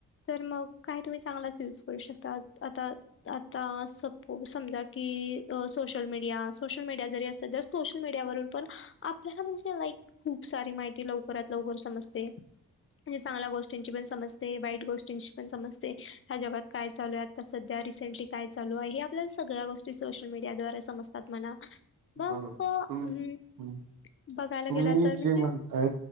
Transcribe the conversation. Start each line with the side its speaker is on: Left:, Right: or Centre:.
Left: तर मग काय तुम्ही चांगलाच यूज करू शकता आता आता सपोज समजा की सोशल मीडिया सोशल मीडिया जरी असत सोशल मीडियावरून पण आपल्याला म्हणजे लाईक खूप सारी माहिती लवकरात लवकर समजते म्हणजे चांगल्या गोष्टींची पण समजते वाईट गोष्टींची पण समजते ह्या जगात काय चालू आहे तर सध्या रिसेंटली काय चालू आहे हे आपल्याला सगळ्या गोष्टी सोशल मीडिया द्वारे समजतात मणा मग
Right: बरोबर
Left: हम
Right: तुम हम्म.
Left: बघायला
Right: तुम्ही
Left: गेला तर म्हणजे
Right: जे म्हणताय